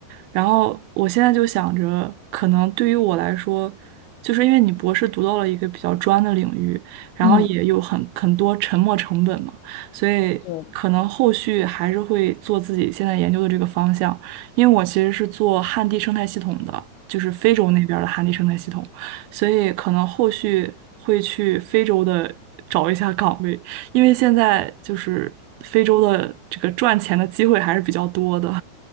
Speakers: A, on the right; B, on the left.
A: 然后我现在就想着，可能对于我来说。就是因为你博士读到了一个比较专的领域，然后也有很很多沉没成本嘛，
B: 嗯
A: 所以可能后续还是会做自己现在研究的这个方向，
B: 对。嗯。
A: 因为我其实是做旱地生态系统的，就是非洲那边儿的旱地生态系统，所以可能后续会去非洲的找一下岗位，因为现在就是非洲的这个赚钱的机会还是比较多的。